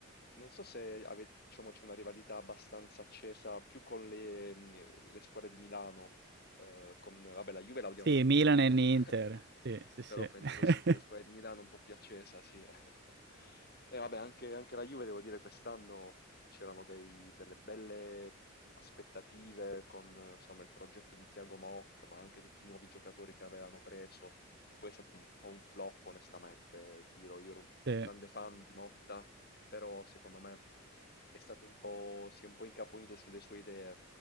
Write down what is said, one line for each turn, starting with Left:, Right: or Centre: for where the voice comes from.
Left: non so se ave- diciamo, c'è una rivalità abbastanza accesa più con le, mh, le squadre di Milano, eh, con, vabbè, la Juve la odiano
Right: Sì,
Left: tutti,
Right: Milan
Left: quindi,
Right: e
Left: <laughs>
Right: Inter, sì, sì, sì.
Left: però penso
Right: <laughs>
Left: sì, con le squadre di Milano un po' più accesa, sì. <laughs> E vabbè, anche, anche la Juve, devo dire, quest'anno c'erano dei- delle belle aspettative con, eh, insomma, il progetto di Thiago Motta, ma anche tutti i nuovi giocatori che avevano preso poi è stato un po' un flop onestamente, ti dirò, io ero un
Right: Sì.
Left: grande fan di Motta, però secondo me è stato un po', si è un po' incaponito sulle sue idee.